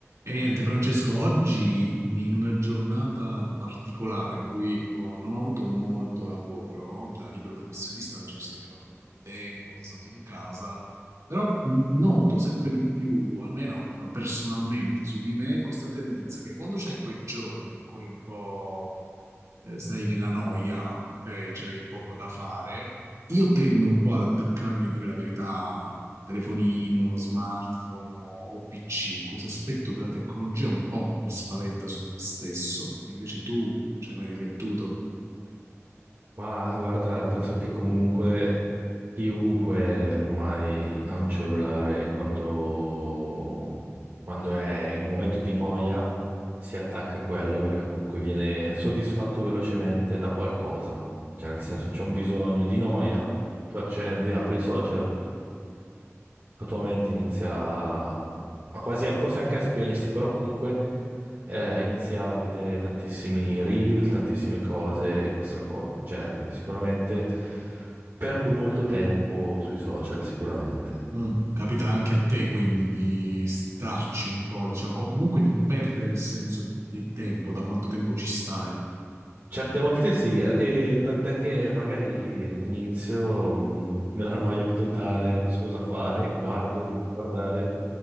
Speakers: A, on the right; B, on the right.
A: E niente, Francesco, oggi in una giornata particolare in cui ho- non ho avuto molto lavoro da libero professionista, oggi mi sono ricavato un po' di tempo, sono stato in casa, però mh, noto sempre di più, almeno eh, personalmente su di me, questa tendenza che quando c'hai quei giorni in cui un po' eh, sei nella noia, ok, c'hai poco da fare, io tendo un po' ad attaccarmi a dire la verità, telefonino, smartphone o, o PC. Questo aspetto della tecnologia un po' mi spaventa su me stesso. E invece tu ci hai mai riflettuto?
B: Ma guarda, penso che comunque chiunque ormai ha un cellulare e quando, quando è in un momento di noia si attacca a quello perché comunque viene soddisfatto velocemente da qualcosa. Cioè, nel senso, c'è un bisogno di noia, tu accendi, apri i social la tua mente inizia a, a quasi, a- forse anche a spegnersi, però comunque eh, inizia a vedere tantissimi reel, tantissime cose e questa cosa, cioè sicuramente perdo molto tempo sui social, sicuramente.
A: Mm. Capita anche a te quindi di starci un po', diciamo, o comunque di perdere il senso del tempo, da quanto tempo ci stai.
B: Certe volte sì, eh, e tant'è che magari inizio mh, <laughs> nella noia più totale, non so cosa fare, guardo, inizio a guardare,